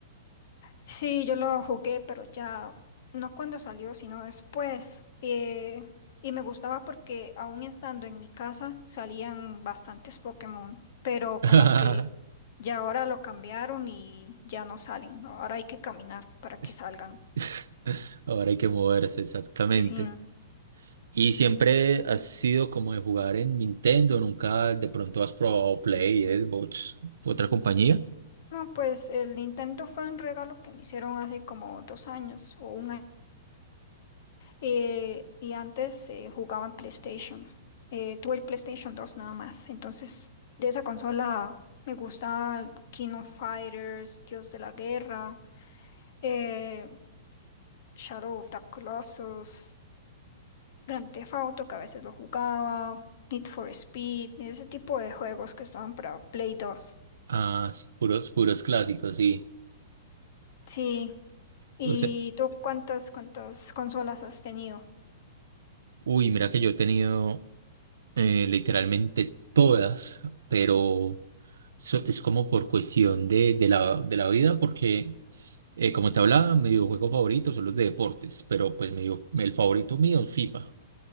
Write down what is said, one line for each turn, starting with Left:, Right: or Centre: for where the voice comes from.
Left: Sí, yo lo jugué, pero ya no cuando salió, sino después. Eh, y me gustaba porque aún estando en mi casa salían bastantes Pokémon, pero
Right: <laughs>
Left: como que ya ahora lo cambiaron y ya no salen. ¿no? Ahora hay que caminar para que
Right: Es-
Left: salgan.
Right: <laughs> Ahora hay que moverse, exactamente.
Left: Sí.
Right: ¿Y siempre has sido como de jugar en Nintendo? ¿Nunca de pronto has probado Play, Xbox, otra compañía?
Left: No, pues el Nintendo fue un regalo que me hicieron hace como dos años o un año. Eh, y antes eh, jugaba en PlayStation. Eh, tuve el PlayStation 2 nada más. Entonces, de esa consola me gusta King of Fighters, Dios de la Guerra, eh, Shadow of the Colossus, Grand Theft Auto, que a veces lo jugaba, Need for Speed, ese tipo de juegos que estaban para Play dos
Right: Ah, sí, puros, puros clásicos, sí.
Left: Sí. ¿Y
Right: O sea,
Left: tú cuántas, cuántas consolas has tenido?
Right: uy, mira que yo he tenido eh, literalmente todas, pero so- es como por cuestión de, de la, de la vida, porque eh, como te hablaba, mi videojuego favorito son los de deportes, pero pues mi video- el favorito mío es FIFA.